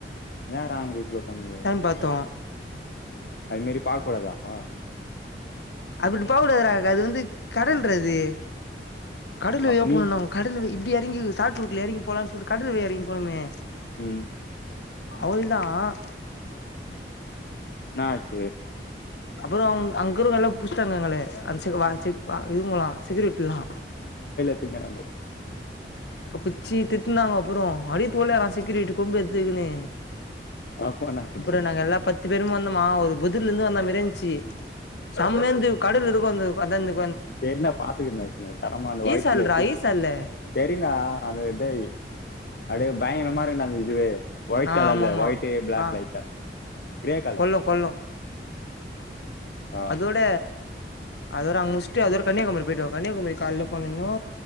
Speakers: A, on the left; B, on the left.
A: ஏன் ராங் ரூட்ல போணிங்க
B: பாத்தோம்
A: அது மாரி பாக்க கூடாதாமா
B: அப்படி போககூடாது அது வந்து கடல்றா இது கடல் வழியா
A: அப் நீ
B: போண்ணுனா கடல் வழியிது இறங்கி சாட்டு ரூட்டுல இறங்கி போலாம்னு சொல்லிட்டு கடல் வழி யா இறங்கி போனமே
A: உம்
B: அவதிதான்
A: என்ன ஆச்சு
B: அப்புறம் அவங்க இருக்குறவங்க நல்லா புடிச்சடாங்க எங்களே அந்ந சைடு வேழ செஞ்ச இது போலாம் செக்யூரிட்டல்லாம்
A: ங்கா நாங்கோ
B: பிடிச்சி திட்டுனாங்க அப்புறம் அடிக்றதுல செசக்கூரிட்டு கொம்பு எத்துக்கு
A: ஆ ஃபோன் ஆச்சு
B: அப்புறம் நாங்க எல்லா பத்து பேரும் வந்த மா ஒரு புதிரல இருந்து வந்தா மாரியிருந்துச்சு சம்மைமந்இருந்து கடல் இருக்கும் அந்த வந்து
A: என்ன பாத்துக்க இருச்ச தரமா அந்த வயிறல
B: ஈசால்றா ஈசால்ல
A: சரினா அந்த இத அடியே பயகாரமா நான் விஜெ வைட்
B: ஆ
A: கலர்
B: ஆமாமா
A: இல்ல வயட்டு பிளாக்வைட்டா
B: ஆ
A: கிரே கலர்
B: கொல்லம் கொல்லம்
A: ஆ
B: அதோட அதோட அவங்க இஷ் அதோட கன்னியாகுமரி போயிடுவா கன்னியாகும கால போண்ணுனா